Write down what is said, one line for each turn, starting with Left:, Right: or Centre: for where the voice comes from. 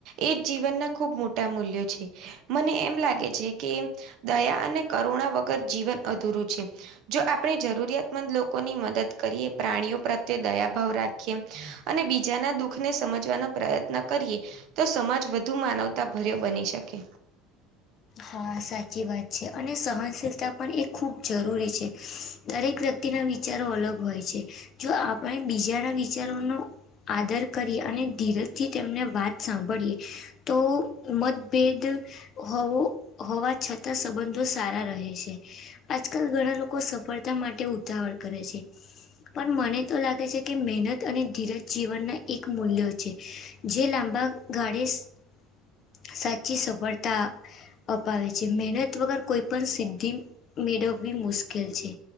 Right: એ જ જીવનના ખૂબ મોટા મૂલ્યો છે મને એમ એમ લાગે છે કે દયા અને કરુણા વગર જીવન અધૂરું છે જો આપણે જરૂરિયાતમંદ લોકોની મદદ કરીએ પ્રાણીઓ પ્રત્યે દયાભાવ રાખીએ અને બીજાના દુઃખ ને સમજવાનો પ્રયત્ન કરીએ તો સમાજ વધુ માનવતા ભર્યો બની શકે
Left: હા સાચી વાત છે અને સહનશીલતા પણ એ ખૂબ જરૂરી છે દરેક વ્યક્તિના વિચારો અલગ હોય છે જો આપ પણ એ બીજાના વિચારોનો આદર કરી અને ધીરજથી તેમને વાત સાંભળીએ તો મતભેદ હોવો હોવા છતાં સંબંધો સારા રહે છે. આજકાલ ઘણા લોકો સફળતા માટે ઉતાવળ કરે છે. પણ મને તો લાગે છે કે મહેનત અને ધીરજ જીવનના એક મૂલ્યો છે જે લાંબા <inaudible> સાચી સફળતા અપાવે છે મહેનત વગર કોઈ પણ સિદ્ધિ મેળવવી મુશ્કેલ છે